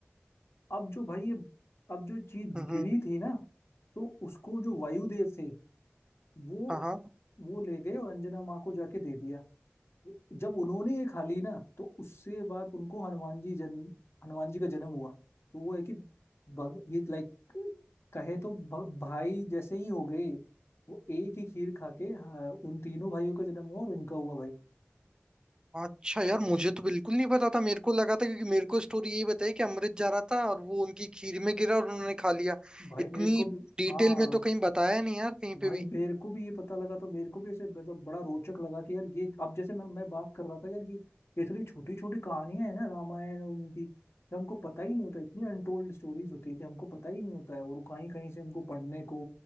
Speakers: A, on the left (about 65°); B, on the right (about 20°).
A: अब जो भाई ये अब जो चीज
B: हम्म
A: गिरी थी ना तो उसको जो वायुदेव थे वो
B: हाँ हाँ
A: वो ले गए और अंजना माँ को जाके दे दिया जब उन्होंने ये खा ली ना तो उससे बाद उनको हनुमान जी जन्म हनुमान जी का जन्म हुआ तो वो है कि भग, ये लाइक कहे तो भ, भाई जैसे ही हो गए वो एक ही खीर खा के हाँ, उन तीनों भाइयों का जन्म हुआ और इनका हुआ भाई
B: अच्छा यार मुझे तो बिल्कुल नहीं पता था मेरे को लगा था क्योंकि मेरे को स्टोरी यही बताई कि अमृत जा रहा था और वो उनकी खीर में गिरा और उन्होंने खा लिया
A: भाई
B: इतनी
A: मेरे को भी
B: डिटेल
A: हाँ
B: में तो कहीं बताया नहीं यार कहीं पे
A: भाई
B: भी
A: मेरे को भी ये पता लगा तो मेरे को भी ऐसे मतलब बड़ा रोचक लगा कि यार ये अब जैसे मैं मैं बात कर रहा था यार कि इतनी छोटी छोटी कहानियां है ना रामायण और उनकी कि हमको पता ही नहीं होता इतनी अनटोल्ड स्टोरीज होती है कि हमको पता ही नहीं होता है और कहीं कहीं से हमको पढ़ने को